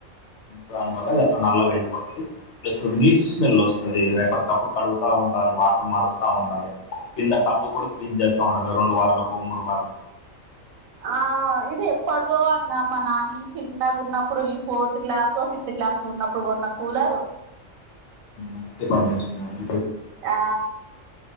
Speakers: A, on the left; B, on the right.
A: దాని వల్లది అడ నల్లగా అయిపోతుది ప్లస్ నీస్ స్మెల్ వస్తుంది. ఎప్పటికప్పుడు కడుగుతా ఉండాల వాటర్ మరుస్తా ఉండాలి కింద టబ్బు కూడా క్లీన్ చేస్తా ఉండాలి. రెండు వారలకు మూడు వార
B: ఆ ఇది ఎప్పడుదో అన్నామ్మా నాని చిన్నగా ఉన్నప్పుడు నేను ఫోర్త్ క్లాసో ఫిఫ్త్ క్లాసు లో ఉన్నప్పుడు కొన్న కూలరు
A: అందుకే పని చేస్తున్నా ఇ
B: ఆ